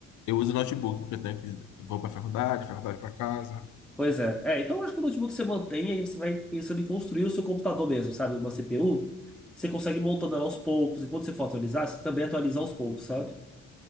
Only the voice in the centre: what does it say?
Pois é. É, então eu acho que o notebook você mantém, aí você vai pensando em construir o seu computador mesmo, sabe? Uma CPU. Você consegue ir montando ela aos poucos. Enquanto você for atualizar, você também atualiza aos poucos, sabe?